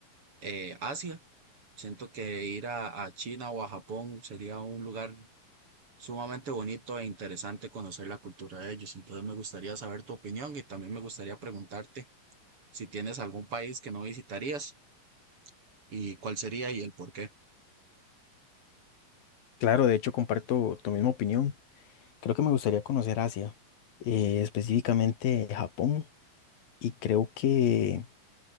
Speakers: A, on the right (about 40°); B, on the left (about 75°).
A: eh, Asia Siento que ir a, a China o a Japón sería un lugar sumamente bonito e interesante conocer la cultura de ellos. Entonces me gustaría saber tu opinión y también me gustaría preguntarte si tienes algún país que no visitarías y cuál sería y el por qué.
B: Claro, de hecho comparto tu misma opinión. Creo que me gustaría conocer Asia, eh, específicamente Japón, y creo que